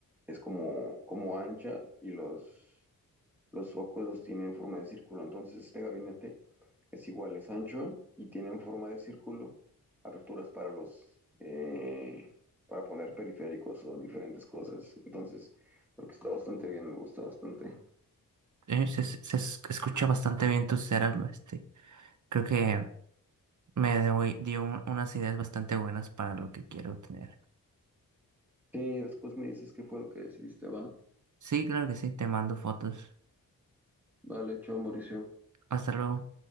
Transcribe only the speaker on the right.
Eh, se, se- se escucha bastante bien tu setup, este. Creo que Me doy- dio un- unas ideas bastante buenas para lo que quiero tener.
Sí, claro que sí, te mando fotos.
Hasta luego.